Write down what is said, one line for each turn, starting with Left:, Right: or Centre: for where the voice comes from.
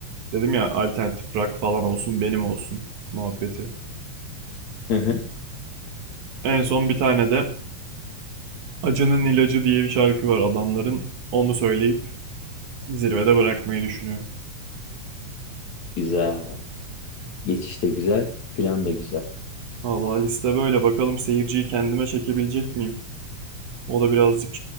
Right: dedim ya alternatif rock falan olsun benim olsun muhabbeti.
Left: hı hı.
Right: En son bir tane de Acının İlacı diye bir şarkı var adamların. Onu söyleyip Zirvede bırakmayı düşünüyorum.
Left: Güzel. Geçiş de güzel. Plan da güzel.
Right: Vallahi liste böyle. Bakalım seyirciyi kendime çekebilecek miyim? O da birazcık